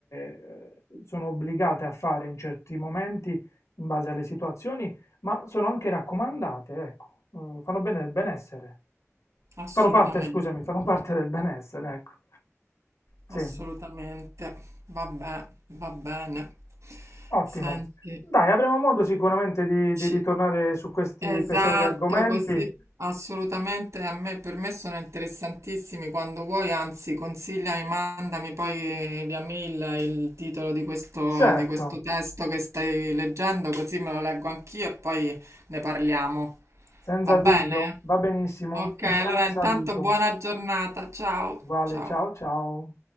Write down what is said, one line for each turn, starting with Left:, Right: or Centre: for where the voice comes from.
Left: eh, sono obbligate a fare in certi momenti in base alle situazioni, ma sono anche raccomandate, ecco, eh, fanno bene del benessere.
Right: Assolutamente,
Left: Fanno parte, scusami, fanno parte del benessere, ecco. Sì,
Right: assolutamente. Vabbè, va bene.
Left: ottimo.
Right: Senti,
Left: Dai, avremo modo sicuramente di, di
Right: ci
Left: ritornare su questi
Right: Esatto,
Left: piacevoli argomenti.
Right: così assolutamente a me per me sono interessantissimi quando vuoi, anzi consigliami, mandami poi via mail il titolo di questo,
Left: Certo,
Right: di questo testo che stai leggendo, così me lo leggo anch'io e poi ne parliamo.
Left: senza
Right: Va bene?
Left: dubbio, va benissimo,
Right: Ok,
Left: un
Right: allora
Left: grande
Right: intanto
Left: saluto,
Right: buona giornata, ciao,
Left: uguale
Right: ciao.
Left: ciao ciao.